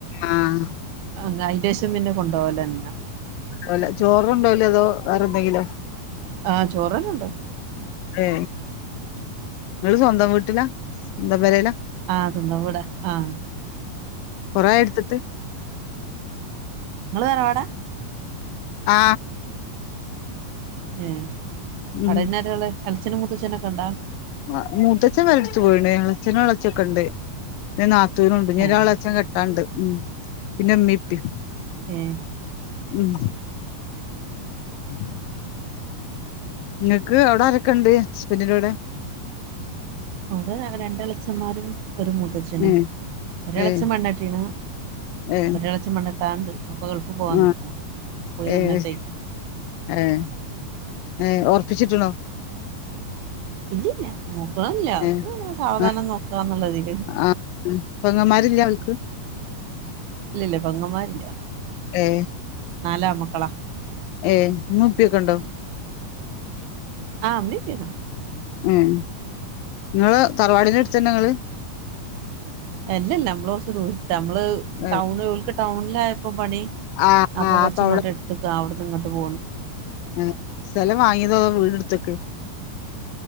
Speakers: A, on the left (about 80°); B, on the right (about 90°).
A: ആഹ്
B: അങ്ങ ശേഷം പിന്നെ കൊണ്ടകലന്ന
A: അല്ല ചോറ്ണ്ടോലേ അതോ വേറെന്തെങ്കിലോ
B: ആചൂറന്നേ
A: ഏ നിങ്ങള് സ്വന്തം വീട്ടില്ല സ്വന്തം പരല
B: ആഹ് സ്വന്തം വീടാ ആഹ്
A: കൊറയൊഎടുത്തിട്ട്
B: നിങ്ങള് തറവാടാ
A: ആ
B: ഉം
A: ഉം
B: അവിടിന്നാരാള്ളെ വല്യച്ഛനും മുത്തച്ഛനൊക്കെ ഉണ്ടാ
A: ആ മുത്തച്ഛൻ മരിച്ചു പോയിണ് ഇളയച്ചനും ഇളയച്ചി ഓക്കെയുണ്ട് നാത്തൂനുണ്ട് പിന്ന
B: ഏഹ്
A: ഒരെളയച്ഛൻ കെട്ടാണ്ട് ഉം പിന്നെ ഉമ്മീം ഇപ്പിം
B: ഏഹ്
A: ഉം <inaudible> നിങ്ങക്ക് അവിട ആരൊക്കെണ്ട് ഹസ്ബൻ്റിൻ്റൂടെ
B: അവിടെ രണ്ടെളയച്ചന്മാരും ഒരു മൂത്താച്ഛനും
A: ഏഹ്
B: ഒരെളയച്ഛൻ
A: ഏഹ്
B: പെണ്ണ്ട്ടീക്കണ്
A: ഏഹ്
B: ഒരെളയച്ചൻ പെണ്ണ് ഇപ്പോൾ ഗൾഫ് പോവാൻ നിൽക്കുക
A: ആഹ്
B: പോയി
A: ഏഹ്
B: വന്നിട്ടേ
A: ഏഹ് ഏ ഒറപ്പിച്ചിട്ടുണ്ടോ
B: ഇല്ലില്ല നോക്കണില്ല
A: ഏ
B: സാവധാനം
A: ആ
B: നോക്കാന്നുള്ളതില്
A: ആ ഉം. പെങ്ങന്മാരില്ല അവൾക്ക്
B: ഇല്ല ഇല്ല പെങ്ങന്മാരില്ല
A: ഏ
B: നാലാമക്കളാ
A: ഏ ഇമ്മീം ഇപ്പീംക്കെ ഉണ്ടോ
B: ആ ഇമ്മീം ഇപ്പീം ഒക്കെ ഉണ്ട്
A: ഉം നിങ്ങള് തറവാടിന്റെ അടുത്തുതന്നാ നിങ്ങള്
B: അല്ലല്ല നമ്മള് കുറച്ച് ദൂരത്ത് നമ്മള്
A: ഏ
B: ടൗണുകൾക്ക് ടൗണിലാ ഇപ്പ പണി
A: ആ
B: അപ്പൊ
A: ആ
B: കൊറച്ച് ഇങ്ങോട്ട്
A: അവിടെ
B: എടുത്തുക്കാ അവിടുന്ന് ഇങ്ങോട്ട് പോ
A: ഏ, സ്ഥലം വാങ്ങിയതോ അതോ വീട് എടുത്തക്ക്